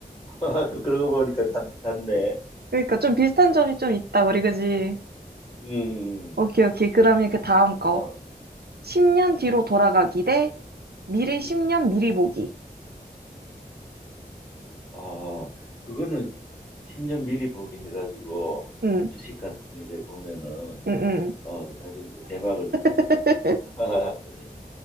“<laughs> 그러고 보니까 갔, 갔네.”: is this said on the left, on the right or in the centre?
Left